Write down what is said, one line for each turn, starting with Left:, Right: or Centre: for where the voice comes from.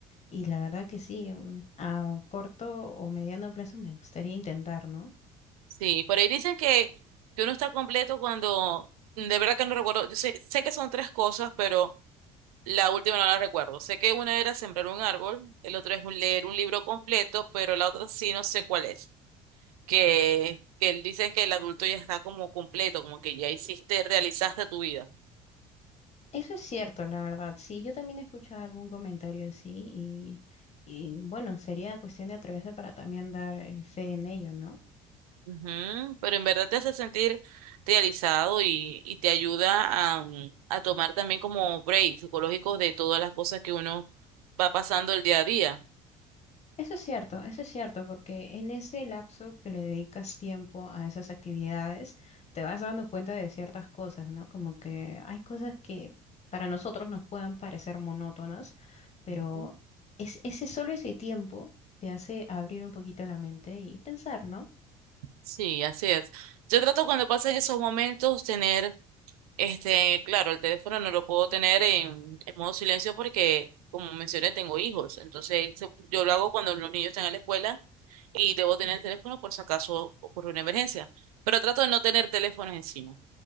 Left: y la verdad que sí, un- a corto o mediano plazo me gustaría intentar, ¿no?
Right: Sí, por ahí dicen que, que uno está completo cuando, de verdad que no recuerdo, yo sé, sé que son tres cosas, pero la última no la recuerdo. Sé que una era sembrar un árbol, el otro es un- leer un libro completo, pero la otra sí no sé cuál es. Que, que él- dicen que el adulto ya está como completo, como que ya hiciste, realizaste tu vida.
Left: Eso es cierto, la verdad. Sí, yo también he escuchado algún comentario así y... Y bueno, sería cuestión de atreverse para también dar eh, fe en ello, ¿no?
Right: Ujú, pero en verdad te hace sentir realizado y, y te ayuda a, mm, a tomar también como break psicológico de todas las cosas que uno va pasando el día a día.
Left: Eso es cierto, eso es cierto, porque en ese lapso que le dedicas tiempo a esas actividades, te vas dando cuenta de ciertas cosas, ¿no? Como que hay cosas que para nosotros nos puedan parecer monótonas, pero
Right: Ujú.
Left: es, ese solo ese tiempo te hace abrir un poquito la mente y pensar, ¿no?
Right: Sí, así es. Yo trato cuando pasan esos momentos tener, este, claro, el teléfono no lo puedo tener en, en modo silencio porque, como mencioné, tengo hijos. Entonces, se- yo lo hago cuando los niños están en la escuela y debo tener el teléfono por si acaso ocurre una emergencia. Pero trato de no tener teléfonos encima